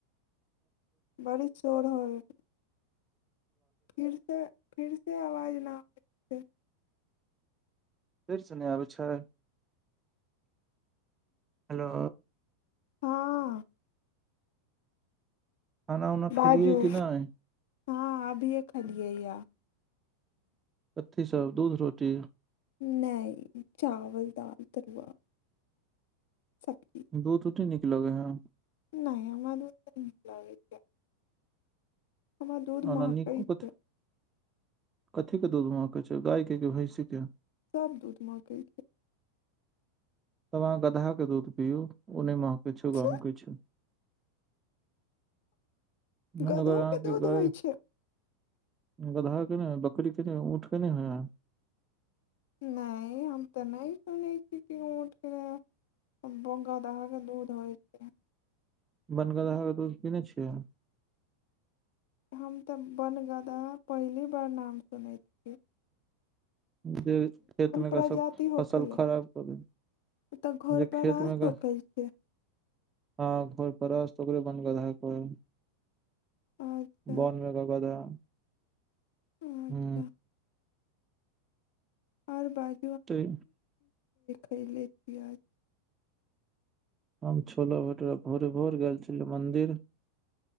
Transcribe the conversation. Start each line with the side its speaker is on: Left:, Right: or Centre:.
Left: बड़ी शोर होइ फिर सें फिर से आवाज ना आबै छै
Right: फेरसँ नहि आबै छै हेलो
Left: हँ
Right: खाना उना खेलियै
Left: बाजू
Right: कि नहि
Left: हँ अभीए खलिय या
Right: कथि सब दूध रोटी
Left: नहि चावल दाल तरुआ सब्जी
Right: दूध रोटी नीक लगै हें
Left: नहि हमरा दूध नहि नीक लागै छै हमरा दूध
Right: ओना
Left: मंहकै
Right: नीको
Left: छै
Right: कथी कथी के दूध महकै छै गायके कि भैंसी के
Left: सब दूध मंहकै छै
Right: तब अहाँ गदहा के दूध पिबू ओ नहि मंहक किछु
Left: छै
Right: गम किछु <unintelligible> ने
Left: गदहो
Right: अगर आहाँके
Left: के दूध
Right: गाय
Left: होइ छै
Right: गधा के नहि बकरी के नहि ऊँठ के नहि होइ हें
Left: नहि हम तऽ नहि सुनने छी की ऊँट कें गधा कें दूध होइ छै
Right: वनगदहा कें दूध पीने छियै
Left: हम तऽ वनगदहा पहिली बार नाम सुनै छियै
Right: जे खेत मेका
Left: प्रजाति
Right: सब
Left: होखलै
Right: फसल खराब करै
Left: तऽ घर
Right: जे
Left: पर
Right: खेत
Left: रास
Right: मेका
Left: होखै छै
Right: हाँ परस्त ओकरे वनगदहा कहै
Left: अच्छा
Right: बन मेका गदहा
Left: अच्छा
Right: हूँ
Left: आओर बाजू
Right: तऽ
Left: खले छियियज <unintelligible>
Right: हम छोला भटॉरा भोरे भोर गेल छलहुँ मन्दिर